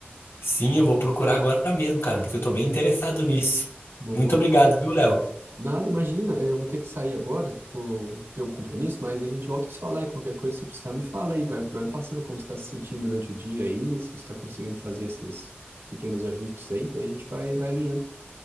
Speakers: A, on the left; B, on the right.
A: Sim, eu vou procurar agora mesmo, cara, porque eu tô bem interessado nisso.
B: Boa.
A: Muito obrigado, viu, Léo?
B: Nada, imagina, é, eu vou ter que sair agora, vou ter um compromisso, mas a gente volta a se falar e qualquer coisa, se precisar, me fala aí, vai, vai me passando como você está se sentindo durante o dia aí, se você está conseguindo fazer esses pequenos ajustes aí, daí a gente vai, vai alinhando.